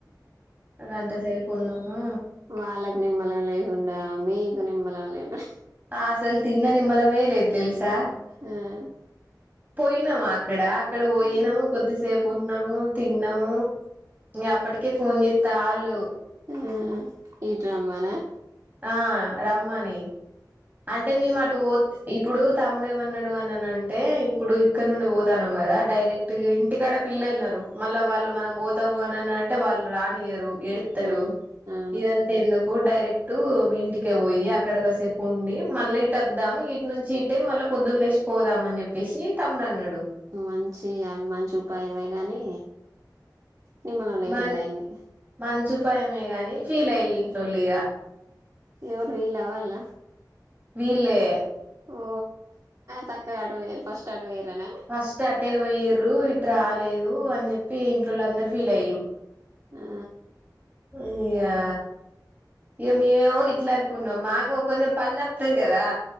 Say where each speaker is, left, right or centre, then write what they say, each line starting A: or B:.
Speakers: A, on the right; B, on the right.
A: గంట సేపు ఉన్నాము
B: వాళ్ళకు నిమ్మలం లేకుండా మీ నిమ్మలం లేదు
A: ఆ అసలు తిన్న నిమ్మలమే లేదు తెలస్ ఆ
B: ఆ
A: పోయినవా అక్కడా ఇక్కడ పోయినాము
B: ఆ
A: కొద్దిసేపు ఉన్నాము తిన్నాము ఇగ అప్పటికే ఫోన్ జెస్తాళ్ళు
B: హ్మ్మ్ ఇట్రమ్మనా
A: ఆ రమ్మనీ అంటే మేమ్ అటుపో ఇప్పుడు తమ్ముడు ఏమన్నాడు అనన అంటే ఇప్పుడు ఇక్కడ నుండి పోతానం కదా డైరెక్ట్ ఇగ ఇంటికాడ పిల్లళ్నన్నారు మళ్ళా వాళ్ళు మనం పోతాము అననంటే వాళ్ళు రానియ్యరు. ఏడుతారు
B: ఉమ్ అవును
A: ఇదంతా ఎందు వు డైరెక్ట్ మీ ఇంటికే పోయి అక్కడ కసేపు ఉండి మళ్ళీ ఇట్ వద్దాం ఇటు నుంచి ఇటే మళ్ళా పొద్దున్న లేషి పోదాం అని చెప్పేసి తమ్ముడు అన్నాడు
B: మంచి అల్ మంచి ఉపాయమే గాని నిమ్మలం లేకుండా
A: మం
B: అయింది
A: మంచి ఉపాయమే గాని ఫీల్ అయల్ ఇంట్లోలిగా
B: ఎవరు వీళ్ళ వాళ్ళ
A: వీళ్లే
B: ఓ చక్కగా అటు పోయిండ్రు ఫస్ట్ అటు పోయిర్రనా
A: ఫస్ట్ అటే వోయ్యిర్రు ఇటు రాలేదు అని చెప్పి ఇంట్లోళ అందరు ఫీల్ అయ్యలు
B: ఆ
A: ఇగ ఆ ఇగ మేమే ఇట్లా అనుకున్నాం మాకు కొంచం పని తప్పుదది కదా